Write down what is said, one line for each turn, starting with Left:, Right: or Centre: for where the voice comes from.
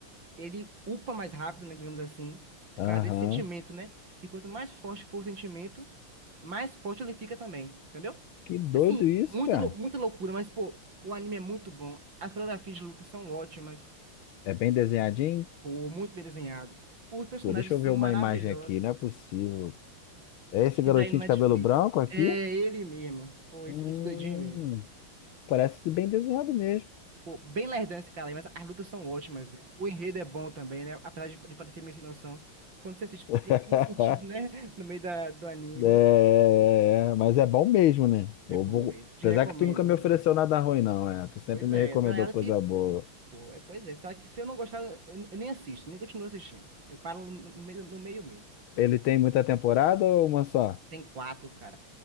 Right: ele upa mais rápido, né, digamos assim, por
Left: Aham,
Right: causa desse sentimento, né? E quanto mais forte for o sentimento, mais forte ele fica também, entendeu?
Left: que doido
Right: Assim,
Left: isso,
Right: muito,
Left: cara.
Right: lou- muita loucura, mas, pô, o anime é muito bom. As coreografias de luta são ótimas.
Left: É bem desenhadinho?
Right: Pô, muito bem desenhado. Os personagens
Left: Pô, deixa
Right: são
Left: eu ver uma
Right: maravilhosos.
Left: imagem aqui, não é possível. É esse
Right: Pesquisa
Left: garotinho
Right: aí no Netflix.
Left: de cabelo branco aqui?
Right: É ele mesmo. Pô, esse,
Left: Hum,
Right: esse doidinho mesmo.
Left: parece bem desenhado mesmo.
Right: Pô, bem lerdão esse cara aí, mas as lutas são ótimas, velho. O enredo é bom também, né? Apesar de, de parecer meio sem noção. Quando você assiste,
Left: <laughs>
Right: tem, tem sentido, né? <laughs> No meio da, do anime.
Left: É, é, mas é bom mesmo, né?
Right: É
Left: Eu
Right: bom
Left: vou-
Right: mesmo. Te
Left: Apesar
Right: recomendo,
Left: que tu nunca me ofereceu
Right: velho.
Left: nada ruim, não, é. Tu sempre
Right: Pois
Left: me
Right: é,
Left: recomendou
Right: tá ligado
Left: coisa
Right: que.
Left: boa.
Right: Pô, é, pois é. sabe que se eu não gostar, eu, eu nem assisto, nem continuo assistindo. Eu paro no, no meio, no meio mesmo.
Left: Ele tem muita temporada ou uma só?
Right: Tem quatro, cara.